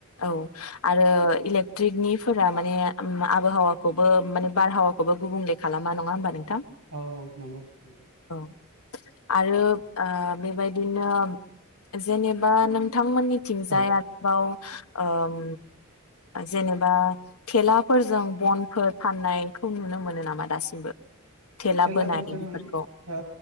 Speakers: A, on the left; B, on the right.
A: औ आरो इलेक्ट्रिकनि फोरा माने आम आबोहावाखौबो माने बारहावाखौबो गुबुंले खालामा नङा होमबा? नोंथां
B: उम औ औ नंगौ नंगौ।
A: औ आरो ओ बेबायदिनो जेनेबा नोंथांमोननि थिंजाय
B: औ
A: आरोबाव ओम जेनेबा थेलाफोरजों बनफोर फाननायखौ नुनो मोनो नामा दासिमबो? थेला
B: थेलाफोरजों
A: बोनाय बेफोरखौ
B: ओ